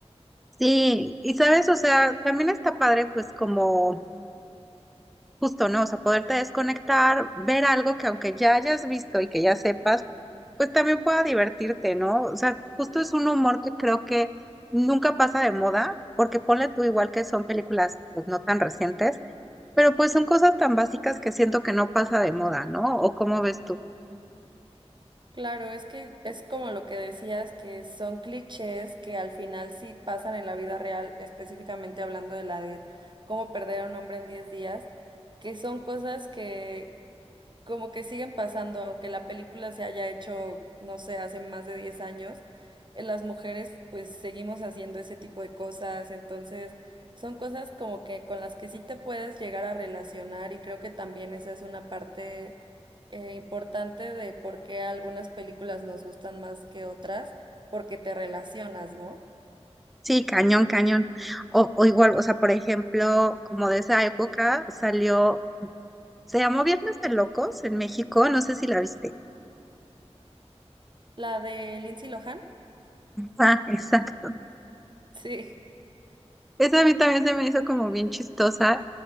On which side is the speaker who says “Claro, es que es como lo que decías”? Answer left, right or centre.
Right